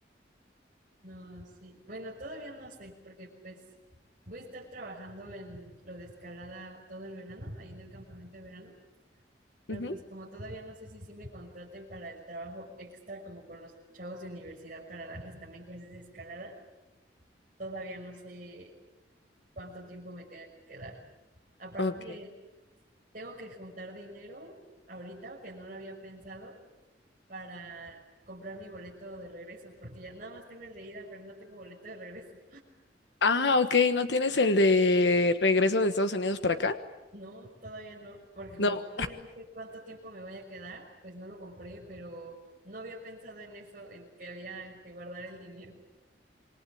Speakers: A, on the right; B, on the left.
A: No, sí. Bueno, todavía no sé, porque pues voy a estar trabajando en lo de escalada todo el verano, ahí en el campamento de verano, pero
B: Ujú.
A: pues como todavía no sé si sí me contraten para el trabajo extra como con los chavos de universidad para darles también clases de escalada, todavía no sé cuánto tiempo me tenga que quedar. Aparte,
B: Ok.
A: tengo que juntar dinero ahorita, que no lo había pensado, para comprar mi boleto de regreso, porque ya nada más tengo el de ida, pero no tengo boleto de regreso.
B: Ah, ok, ¿no tienes el de regreso de Estados Unidos para acá?
A: No, todavía no, porque como
B: No,
A: todavía no sé cuánto tiempo me voy a quedar, pues no lo compré, pero no había pensado en eso, en que había que guardar el dinero.